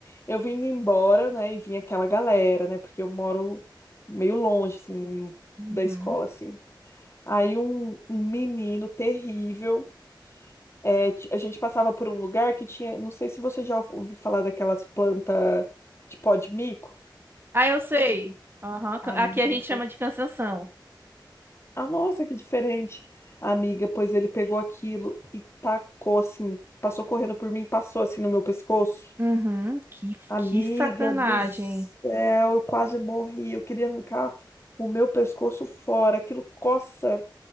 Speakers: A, on the left; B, on the right.
A: eu vindo embora, né? E vinha aquela galera, né? Porque eu moro meio longe, assim,
B: Uhum.
A: da escola, assim. Aí um, um menino terrível. é, ti- a gente passava por um lugar que tinha. Não sei se você já ouviu falar daquelas plantas de pó de mico.
B: Ah, eu sei. Aham, ca-
A: Amiga.
B: Aqui a gente chama de cansanção.
A: Ah, nossa, que diferente. Amiga, pois ele pegou aquilo e tacou assim, passou correndo por mim, passou assim no meu pescoço.
B: Uhum. Que,
A: Amiga
B: que sacanagem.
A: do céu, eu quase morri. Eu queria arrancar o meu pescoço fora. Aquilo coça.